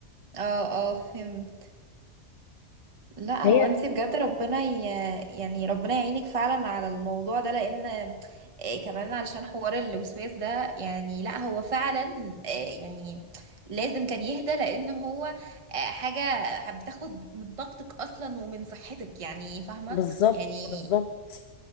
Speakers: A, on the right; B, on the left.
A: اه اه فهمت لا
B: هي
A: هو انت بجد ربنا ي... يعني ربنا يعينك فعلا على الموضوع ده لان إيه كمان علشان حوار الوسواس ده يعني لا هو فعلا إيه يعني لازم كان يهدى لان هو آه، حاجة بتاخد من طاقتك اصلا ومن صحتك يعني فاهمة
B: بالظبط
A: يعني
B: بالظبط